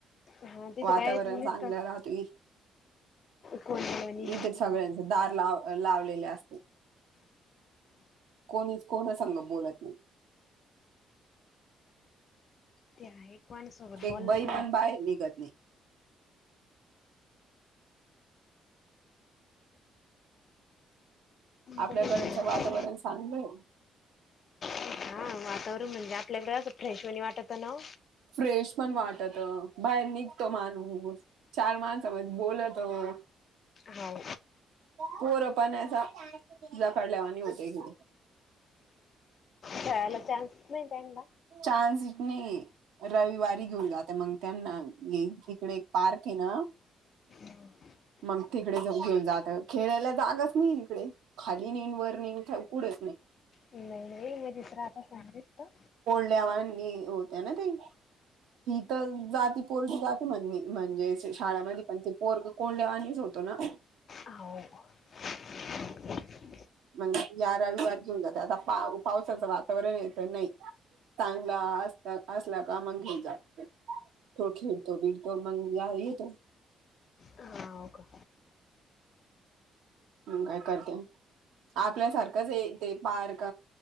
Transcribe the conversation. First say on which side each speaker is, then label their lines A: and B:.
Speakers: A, on the left (about 50°); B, on the right (about 85°).
A: हा तिथं
B: वातावरण
A: काय नुसतं
B: चांगलं राहतो
A: कोण बोलवणी
B: इथे सगळ्यांच दार लाव लावलेले असते कोणी कोणा सांग बोलत नाही
A: ते आहे कोणासोबत
B: एक
A: बला
B: बाई
A: ह
B: पण बाहेर निघत नाही आपल्याकडच
A: बरं
B: वातावरण सांगलं
A: हा वातावरण म्हणजे आपल्याकडे असं फ्रेश म्हनी वाटतं ना
B: फ्रेश पण वाटत बाहेर निघतो मानू चार माणसामध्ये बोलत हो
A: हो
B: पोरं पणचा जकारड लावानी होते क
A: खयला चानस नाही त्यांना
B: चान्स इतने रविवारी घेऊन जाते मग त्यांना ये तिकडे एक पार्क आहे ना
A: ह.
B: मग तिकडे जाऊ घेऊन जात. खेळायला जागच नाही इकडे, खाली नहीं, वर नाही, का कुठच नाही.
A: नाही रे मग दुसर आता सांगलीस तर
B: ल्यावानी होत्या ना ते, ही तर जाती पोरशी जाती म्हण म्हणजे शाळामध्ये पण ते पोरग कोल्हावाणीच होतो ना.
A: हो <inaudible>
B: मग याारविवार घेऊन जाते आता पा पावसाचं वातावरण येतं नाही चांगला असता असला का मग घेऊ जा तो खेळतो बीतो मंग या तो
A: हा हो का
B: ह काय करते आपल्यासारखंच य ते पार्क